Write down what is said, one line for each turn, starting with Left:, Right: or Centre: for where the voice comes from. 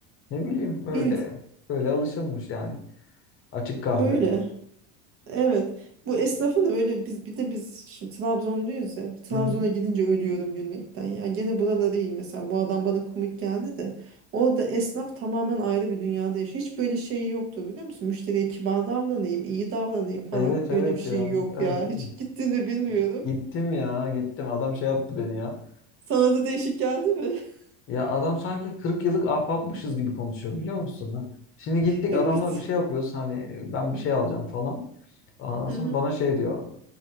Left: Ne bileyim böyle.
Right: Bil
Left: Böyle alışılmış yani. Açık kahve.
Right: öyle. Evet. Bu esnafın da böyle biz bir de biz şimdi Trabzonluyuz ya. Trabzon'a
Left: Hı hı.
Right: gidince ölüyorum gülmekten. Ya gene buraları iyi mesela. Bu adam bana komik geldi de. Orada esnaf tamamen ayrı bir dünyada yaşıyor. Hiç böyle şey yoktu biliyor musun? Müşteriye kibar davranayım, iyi davranayım falan.
Left: Evet
Right: Öyle
Left: evet
Right: bir şey
Left: ya.
Right: yok
Left: Evet
Right: ya.
Left: evet.
Right: <laughs> Hiç gittiğini bilmiyorum.
Left: Gittim ya gittim. Adam şey yaptı beni ya.
Right: Sana da değişik geldi mi? <laughs>
Left: Ya adam sanki 40 yıllık ahbapmışız gibi konuşuyor biliyor musun? Ha. Şimdi gittik
Right: Evet.
Left: adamla bir şey yapıyoruz. Hani ben bir şey alacağım falan. Ondan
Right: Hı
Left: sonra
Right: hı.
Left: bana şey diyor.